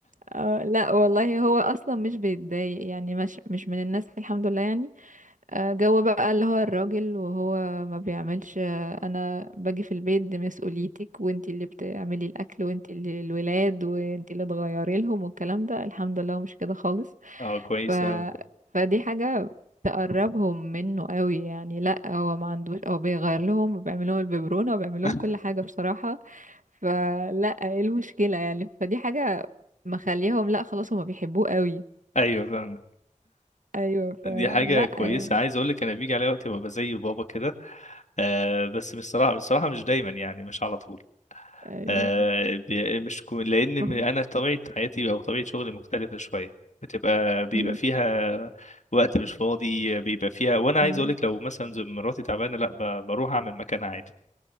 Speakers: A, on the right (about 75°); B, on the left (about 65°).
A: آه لا والله هو اصلا مش بيتضايق يعني مش مش من الناس الحمد لله يعني آه جو بقى اللي هو الراجل وهو ما بيعملش آه انا باجي في البيت دي مسؤوليتك وانتي اللي بتعملي الاكل وانتي اللي الولاد وانتي اللي تغيري لهم والكلام ده الحمد لله هو مش كده خالص
B: اه كويس
A: ف
B: أوي
A: فدي حاجة تقربهم منه قوي يعني لا هو ما عندوش هو بيغير لهم وبيعمل لهم الببرونة وبيعمل لهم
B: <laughs>
A: كل حاجة بصراحة فلا ايه المشكلة يعني فدي حاجة مخليهم لا خلاص هما بيحبوه قوي
B: أيوة فاهمك
A: ايوه فلا
B: دي حاجة كويسة
A: يعني
B: عايز أقول لك أنا بيجي عليا وقت ببقى زي بابا كده آه بس بصراحة بصراحة مش دايما يعني مش على طول
A: ايوه
B: آه بي- مش كو- لأن
A: ما
B: م-
A: هو-
B: أنا طبيعة حياتي أو طبيعة شغلي مختلفة شوية بتبقى بيبقى
A: مم.
B: فيها وقت مش فاضي بيبقى فيها وأنا عايز
A: مم.
B: أقول لك لو مثلا زي مراتي تعبانة لا ب- بروح أعمل مكانها عادي